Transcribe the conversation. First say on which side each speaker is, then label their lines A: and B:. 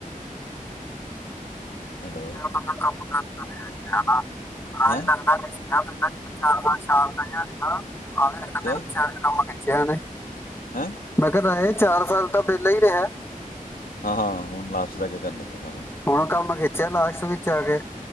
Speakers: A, on the left; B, on the left.
A: ਹਲੀ
B: ਹੈਲੋ
A: ਹੈ ਆਪਾਂ ਤਾਂ ਕੰਮ ਕਰਦਾ ਰਿਹਾ <unintelligible> <unintelligible> ਆਾਂ
B: ਹੈਂ
A: ਇਹ ਲੱਗਦਾ ਨ ਪਹਿਲਾਂ ਜ ਮੈਂ ਚਾਰ ਪਾ <unintelligible> ਚਾਰ ਤ ਰਿਹਾ ਹਾਂ ਇਹ
B: ਕਿਆ
A: ਵਿਚਗੇ ਛਿਆ ਨੇ
B: ਹੈਂ
A: ਮੈ ਕਿਆ ਰਾਏ ਚਾਰ ਸਾਲ ਤਾਂ ਪਹਿਲਾਂ ਹੀ ਰਿਹਾ
B: ਹਾਂ ਹਾਂ ਹੁਣ ਲਾਸਟ ਦਾ ਕੇ ਕਰਨ ਲੱਗੇ ਇਹਨਾਂ
A: ਹੁਣ ਕੰਮ ਖਿੱਚਿਆ ਲਾਸਟ ਵਿੱਚ ਆ ਕੇ